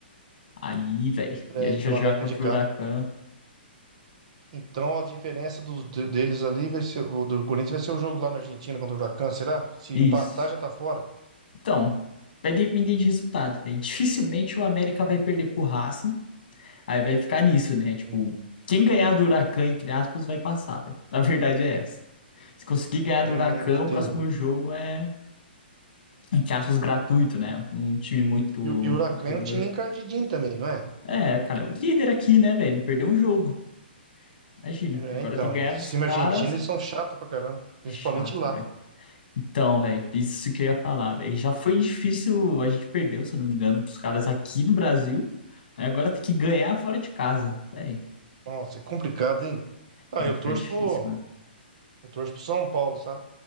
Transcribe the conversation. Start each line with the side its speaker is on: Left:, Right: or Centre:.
Left: Aí, velho,
Right: É,
Left: e a gente
Right: então,
Left: vai jogar
Right: América
Left: contra
Right: de Cali.
Left: o Huracan.
Right: Então a diferença dos, de- deles ali vai ser. O do Corinthians vai ser o jogo lá na Argentina contra o Huracan, será? Se
Left: Isso.
Right: empatar, já tá fora.
Left: Então, vai depender de resultado, velho. Dificilmente o América vai perder pro Racing. Aí vai ficar nisso, né? Tipo,
Right: Hum,
Left: quem ganhar do Huracan, entre aspas, vai passar, velho. A verdade é essa. Se conseguir ganhar
Right: hum,
Left: do Huracan,
Right: entendi.
Left: o próximo jogo é, entre aspas, gratuito, né? Um time muito
Right: E, o- e o Huracan
Left: inferior.
Right: é um time encardidinho também, não é?
Left: É, cara, o líder aqui, né, velho? Não perdeu um jogo. Imagina.
Right: É,
Left: Agora
Right: então,
Left: tem que ganhar
Right: eles-
Left: dos
Right: time
Left: caras.
Right: argentino, eles são chatos pra caramba. Principalmente
Left: É chato,
Right: lá.
Left: velho. Então, velho, isso que eu ia falar, velho. Já foi difícil, a gente perdeu, se eu não me engano, pros caras aqui no Brasil. Aí agora tem que ganhar fora de casa, velho.
Right: Nossa, é complicado, hein? Ah,
Left: Ah,
Right: eu
Left: fica
Right: torço
Left: difícil,
Right: pro.
Left: mano.
Right: Eu torço pro São Paulo, sabe?